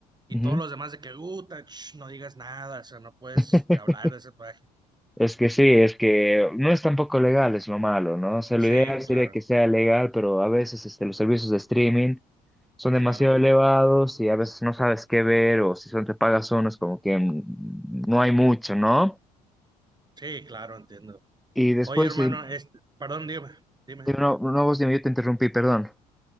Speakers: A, on the right; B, in the centre.
A: y
B: Ujú.
A: todos los demás de que, uh, ta- ch, no digas nada, o sea, no puedes
B: <laughs>
A: hablar de esa página.
B: Es que sí, es que no es tampoco legal, es lo malo, ¿no? O sea, lo
A: Sí,
B: ideal sería
A: claro,
B: que sea legal, pero a veces este, los servicios de streaming son
A: claro,
B: demasiado elevados y a veces no sabes qué ver o si son te pagas uno es como que mm, no hay mucho, ¿no?
A: sí, claro, entiendo.
B: Y después,
A: Oye, hermano,
B: eh,
A: este, perdón, dime, dime, dime.
B: no, no, vos dime, yo te interrumpí, perdón.